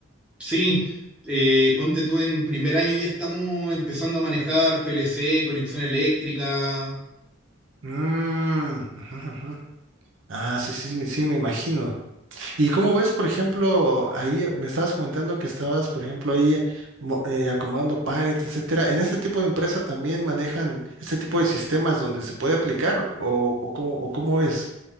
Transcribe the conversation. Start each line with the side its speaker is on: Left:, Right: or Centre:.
Centre: Sí, eh, ponte tú en primer año ya estamos empezando a manejar PLC, conexión eléctrica.
Right: Mm, ujú, ujú. Ah, sí, sí, me- sí, me imagino. Y cómo ves, por ejemplo, ahí me estabas comentando que estabas, por ejemplo, ahí mo- eh, acomodando pallets, etcétera. ¿En este tipo de empresa también manejan este tipo de sistemas donde se puede aplicar o, o cómo, o cómo es?